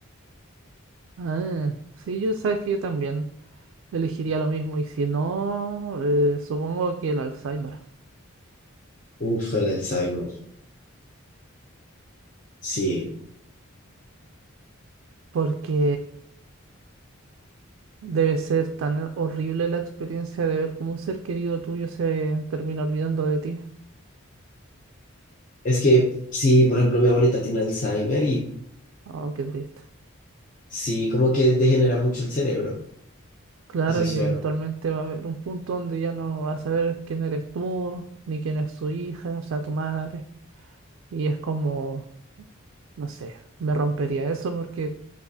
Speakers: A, on the right; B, on the left.
A: Ah, sí, yo sabes que yo también elegiría lo mismo. Y si no, eh, supongo que el Alzheimer.
B: uf, el Alzheimer. Sí,
A: Porque debe ser tan horrible la experiencia de ver cómo un ser querido tuyo se termina olvidando de ti.
B: es que sí, por ejemplo, mi abuelita tiene Alzheimer y
A: Oh, qué triste.
B: sí, como que degenera mucho el cerebro.
A: Claro,
B: Eso es
A: y
B: feo.
A: eventualmente va a haber un punto donde ya no vas a saber quién eres tú, ni quién es su hija, o sea, tu madre. Y es como, no sé, me rompería eso porque